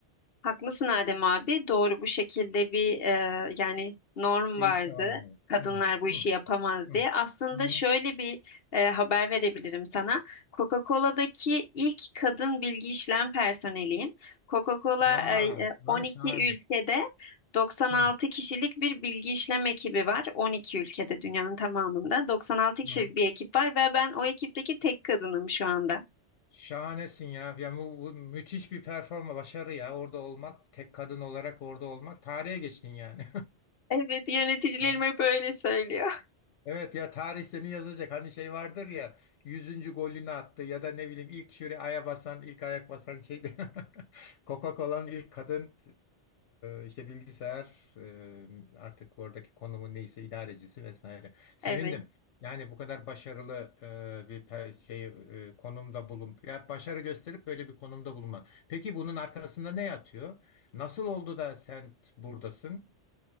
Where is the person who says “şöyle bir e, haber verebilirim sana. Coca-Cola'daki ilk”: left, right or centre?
Left